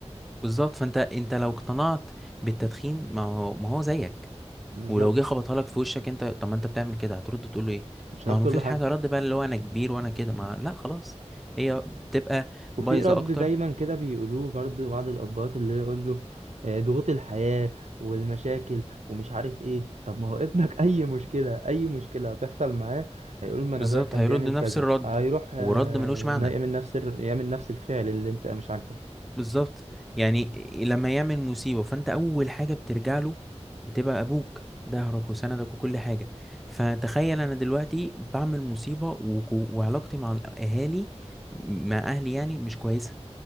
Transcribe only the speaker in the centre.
بالظبط فانت انت لو اقتنعت بالتدخين ما هو ما هو زيك
ولو جه خبطها لك في وشك انت طب ما انت بتعمل كده هترد تقول له ايه
ما هو
مفيش
حاجه رد بقى اللي هو انا كبير وانا كده ما لا خلاص هي بتبقى
بايظه
اكتر
بالظبط
هيرد
نفس
الرد
ورد ملوش معنى
بالظبط يعني إيه، لما يعمل مصيبة فانت اول حاجة بترجع له بتبقى ابوك ظهرك وسندك وكل حاجة فتخيل انا دلوقتي بعمل مصيبة وكو- وعلاقتي مع الاهالي مع اهلي يعني مش كويسة